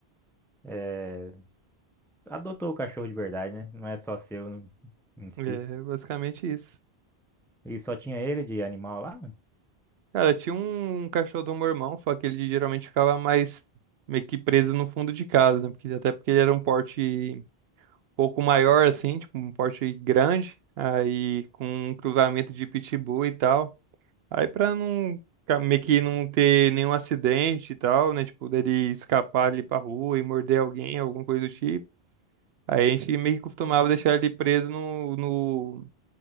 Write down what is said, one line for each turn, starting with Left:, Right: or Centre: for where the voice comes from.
Centre: eh, adotou o cachorro de verdade, né? Não é só seu no- em si.
Right: É, basicamente isso.
Centre: E só tinha ele de animal lá, mano?
Right: Cara, tinha um, um cachorro do meu irmão, só que ele geralmente ficava mais meio que preso no fundo de casa, né? Porque, até porque ele era um porte um pouco maior, assim, tipo, um porte grande, aí com um cruzamento de pitbull e tal. Aí pra não ca- meio que não ter nenhum acidente e tal, né? Tipo, dele escapar ali pra rua e morder alguém, alguma coisa do tipo. Aí a gente meio que costumava deixar ele preso no, no,